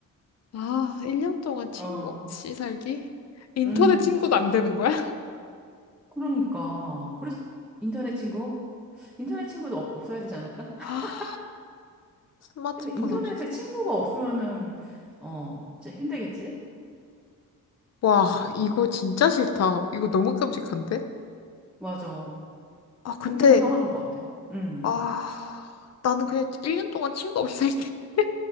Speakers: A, on the left; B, in the centre.
A: 아, 1년 동안 친구
B: 어,
A: 없이 살기? 인터넷
B: 음.
A: 친구도 안 되는 거야?
B: 그러니까. 그래서 인터넷 친구? 인터넷 친구도 없, 없어야 되지 않을까? <laughs>
A: 아, 스마트폰
B: 근데 인터넷에
A: 없이. 살-
B: 친구가 없으면은, 어, 진짜 힘들겠지?
A: 와,
B: 맞아.
A: 이거 진짜 싫다. 이거 너무 끔찍한데?
B: 맞아.
A: 아, 근데,
B: 끔찍한 상황인 것 같아. 음.
A: 아, 나는 그냥 1년 동안 친구가 없이 살게. <laughs>